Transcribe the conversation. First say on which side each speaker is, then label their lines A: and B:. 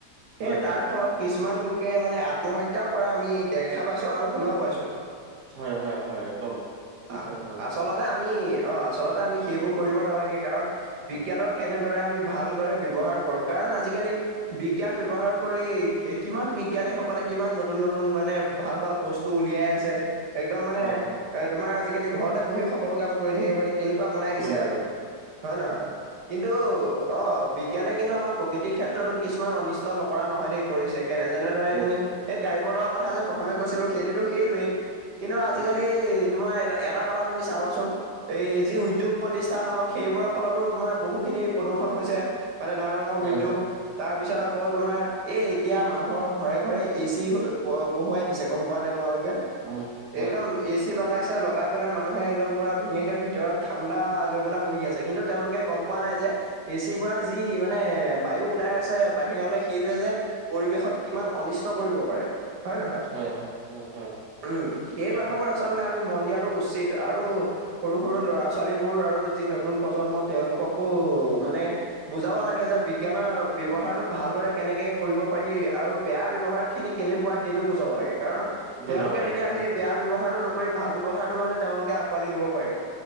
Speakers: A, on the right; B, on the right.
A: সে
B: হয়,
A: তাৰ
B: হয়,
A: ফলত কিছুমান লোকে মানে আত্মহত্যাও কৰা আমি দেখা পাইছোঁ আৰু শুনাও পাইছোঁ।
B: হয়', হয়' হয়। একদম ঠিক
A: আহ
B: কথা কৈছা।
A: আচলতে আমি অ' আচলতে আমি সেইবোৰ কৰিব নালাগে, কাৰণ বিজ্ঞানৰ
B: হয়,
A: কেনেদৰে আমি ভালদৰে ব্যৱহাৰ কৰোঁ কাৰণ আজিকালি বি বিজ্ঞান ব্যৱহাৰ কৰি কি কিমান বিজ্ঞানীসকলে কিমান নতুন নতুন মানে ভাল ভাল বস্ টো উলিয়াই আছে। একদম মানে,
B: হয়, হয়,
A: এ তোমাৰ আজিকালি ঘৰতে বহি সকলো কাম কৰি থাকিব পাৰি। তেনেকুৱা বনাই
B: কৰিব
A: দিছে আৰু,
B: পাৰি।
A: হয় নহয়- কিন্তু, অ', বিজ্ঞানে কিন্তু আমাৰ প্ৰকৃতিৰ ক্ষেত্ৰতো কিছুমান অনিষ্ট নকৰা নহয় দেই কৰিছে। কেনে যেনেদৰে
B: কৰিছে।
A: তুমি, সেই গাড়ী মটৰৰ কথা যে প্ৰথমে কৈছিলো সেইটোতো সেইটোৱেই। কিন্তু আজিকালি
B: হয়,
A: তোমাৰ এটা এটা কথা তুমি চাবাচোন এই যি উদ্যোগ প্ৰতিষ্ঠান হওক সেইবোৰৰ ফলতো তোমাৰ বহু খিনি প্ৰদূ্ষন হৈছে। মানে ডাঙৰ ডাঙৰ
B: হয়,
A: উদ্যোগ
B: হয়,
A: তাৰ পিছত আকৌ তোমাৰ এ এতিয়া মানুহৰ ঘৰে ঘৰে এ চি বহুৱাই দিছে গম পোৱা নে তোমালোকে
B: পাও
A: একদম এ চি লগাইছে লগাই পেলাই মানুহে একদম পূৰা ধুনীয়াকৈ ভিতৰত ঠাণ্ডা লৈ পেলাই বহি আছে কিন্তু। তেওঁলোকে গম পোৱা নাই যে এচিৰ পৰা যি মানে বায়ু ওলাই আছে। আছে বাহিৰলে সেইটোয়ে যে পৰিৱেশত কিমান অনিষ্ট কৰিব পাৰে। হয়নে নহয়
B: হয়, হয়, হয়, হয়,
A: উম
B: ঠিক
A: সেই
B: কথা
A: কথাবোৰ
B: কৈছা
A: আচলতে
B: তুমি।
A: আমি মন দিয়া-। টো উচিত আৰু। সৰু সৰু ল'ৰা ছোৱালীবোৰ আৰু যি নতুন প্ৰজন্ম তেওঁলোককো মানে। বুজাব লাগে যে বিজ্ঞানৰ। ব্যৱহাৰটো ভালদৰে কেনেকৈ কৰিব পাৰি আৰু বেয়া ব্যৱহাৰখিনি কেনেকুৱা সেইটোও বুজাব লাগে কাৰণ।
B: বুজাব
A: তেওঁলোকে
B: লাগে
A: তেতিয়া
B: হয়,
A: সেই বেয়া ব্যৱহাৰটো নকৰি ভাল ব্যৱহাৰটো মানে তেওঁলোকে আঁকোৱালি লব পাৰিব।